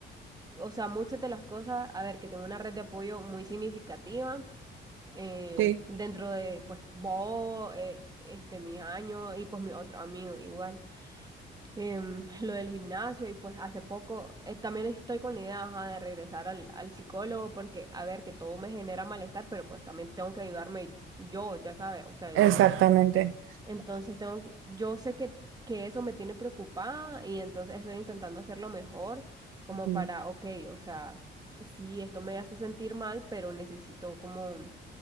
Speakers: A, on the right (about 20°); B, on the right (about 85°).
A: o sea, muchas de las cosas, a ver, que tengo una red de apoyo muy significativa eh,
B: sí,
A: dentro de, pues, vos, eh, este, mis años y pues mis otros amigos igual. Em, <laughs> lo del gimnasio y pues hace poco eh, también estoy con la idea, ajá, de regresar al, al psicólogo porque, a ver, que todo me genera malestar, pero pues también tengo que ayudarme yo, ya sabes, o sea, en-
B: exactamente.
A: entonces entonces tengo que- yo sé que, que eso me tiene preocupada y entonces estoy intentando hacerlo mejor como
B: Ujú,
A: para, ok, o sea, sí, esto me hace sentir mal, pero necesito como